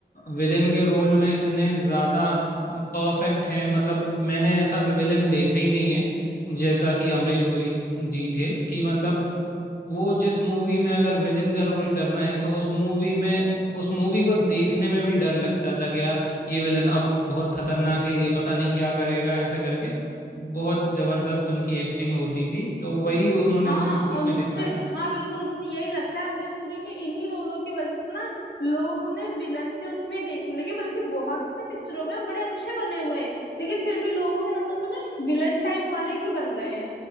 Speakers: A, on the left (about 55°); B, on the left (about 70°).
A: विलेन के रोल में इतने ज्यादा परफेक्ट हैं मतलब मैंने ऐसा विलेन देखा ही नहीं है जैसा कि अमरीश पुरी जी थे कि मतलब वो जिस मूवी में अगर विलेन का रोल कर रहे हैं तो उस मूवी में उस मूवी को देखने में भी डर लगता था कि यार ये विलन अब बहुत खतरनाक है ये पता नहीं क्या करेगा ऐसे करके बहुत जबरदस्त उनकी एक्टिंग होती थी तो वही उन्होंने
B: हाँ
A: उस मूवी
B: और मुझे
A: में दिखाया
B: हाँ बिल्कुल मुझे यही लगता है अमरीश पुरी के इन्हीं रोलों की वजह से ना लोग उन्हें विलन के उसमें देखने लगे बल्कि बहुत से पिक्चरों में वो बड़े अच्छे बने हुए हैं लेकिन फिर भी लोगों के नजर में ना एक विलन टाइप वाले ही बन गए हैं